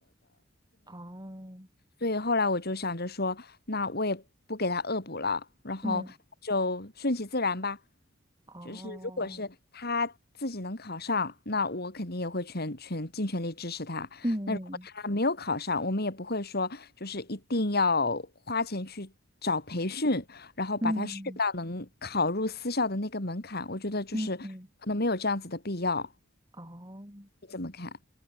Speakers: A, on the right (about 20°); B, on the left (about 55°).
A: 哦，
B: 所以后来我就想着说，那我也不给他恶补了，然后就顺其自然吧。
A: 嗯哦，
B: 就是如果是他自己能考上，那我肯定也会全全尽全力支持他。
A: 嗯
B: 那如果他没有考上，我们也不会说就是一定要花钱去找培训，然后把他训到能考入私校的那个门槛。
A: 嗯
B: 我觉得就是可能没有这样子的必要。
A: 嗯，哦。
B: 你怎么看？